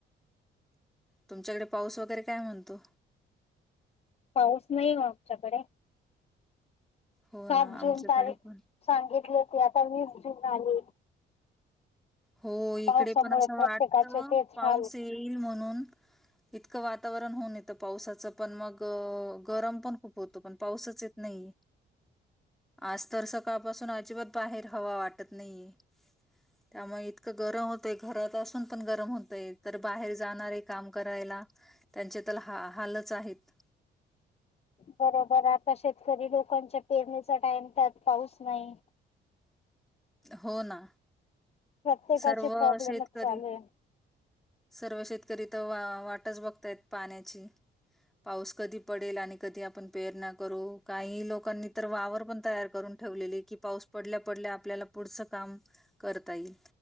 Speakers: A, in the centre; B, on the left (about 30°).
A: तुमच्याकडे पाऊस वगैरे काय म्हणतो
B: पाऊस नाही आमच्याकडे
A: हो
B: सात
A: ना आमच्याकडे
B: जून तारीख
A: पण
B: सांगितली होती आता वीस जून आली
A: हो इकडे
B: पावसामुळे
A: पण असं
B: प्रत्येकाचे
A: वाटत
B: तेच
A: पाऊस
B: हाल
A: येईल म्हणून इतकं वातावरण होऊन येतं पावसाचं पण मग गरम पण खूप होतं पण पावसाच नाही आज तर सकाळपासून अजिबात बाहेर हवा वाटत नाहीे त्यामुळे इतकं गरम होतंय घरात असून पण गरम होतय तर बाहेर जाणार आहे काम करायला त्यांचे तर हा हालच आहेत
B: बरोबर आता शेतकरी लोकांच्या पेरणीचा टाइम त्यात पाऊस नाही
A: हो ना
B: प्रत्येकाचे
A: सर्व
B: प्रॉब्लेमच
A: शेतकरी
B: चालू आहे
A: सर्व शेतकरी तर वा वाटच बघतायत पाण्याची पाऊस कधी पडेल आणि कधी आपण पेरणा करू काही लोकांनी तर वावर पण तैयार करून ठेवले की पाऊस पडल्या पडल्या आपल्याला पुढच काम करता येईल